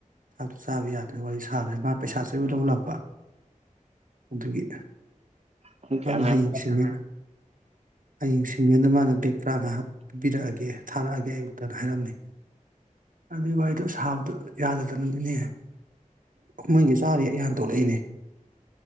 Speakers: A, on the right; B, on the right.
A: ꯆꯥꯛꯇꯣ ꯆꯥꯕ ꯌꯥꯗ꯭ꯔꯦ ꯋꯥꯔꯤ ꯁꯥꯔꯦ ꯃꯥ ꯄꯩꯁꯥꯆꯣꯏꯕ ꯂꯧ ꯂꯥꯛꯄ ꯑꯗꯨꯒꯤ
B: ꯄꯨꯡ
A: ꯃꯥꯅ
B: ꯀꯌꯥ ꯃꯌꯥꯝ
A: ꯍꯌꯦꯡꯁꯤꯅ ꯍꯌꯦꯡꯁꯤꯡꯒꯦꯅ ꯃꯥꯅ ꯕꯦꯒ ꯇꯔꯥꯉꯋꯥ ꯍꯥꯞꯄꯤꯔꯛꯑꯒꯦ ꯊꯥꯔꯛꯑꯒꯦ ꯑꯌꯨꯛꯇꯅ ꯍꯥꯏꯔꯝꯃꯦ ꯑꯗꯨꯏ ꯋꯥꯔꯤꯗꯣ ꯁꯥꯕꯗꯨ ꯌꯥꯗꯗꯅꯤꯅꯦ ꯑꯗꯨ ꯃꯣꯏꯗꯨ ꯆꯥꯔꯤ ꯑꯩ ꯍꯥꯟ ꯇꯧꯔꯛꯏꯅꯦ